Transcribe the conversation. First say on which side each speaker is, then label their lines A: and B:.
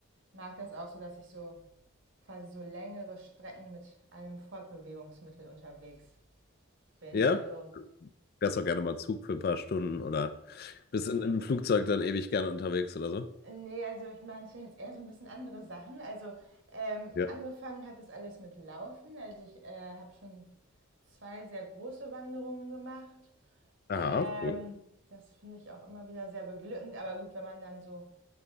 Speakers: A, on the right; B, on the left.
A: mag das auch so, dass ich so quasi so längere Strecken mit einem Fortbewegungsmittel unterwegs bin.
B: Ja?
A: Also
B: Wärst auch gerne mal Zug für ein paar Stunden oder bist in, im Flugzeug dann ewig gerne unterwegs oder so?
A: nee, also ich meine es sind jetzt eher so ein bisschen andere Sachen. Also ähm,
B: Ja.
A: angefangen hat das alles mit Laufen. Also ich äh, habe schon zwei sehr große Wanderungen gemacht. Ähm,
B: Aha, cool.
A: das finde ich auch immer wieder sehr beglückend. Aber gut, wenn man dann so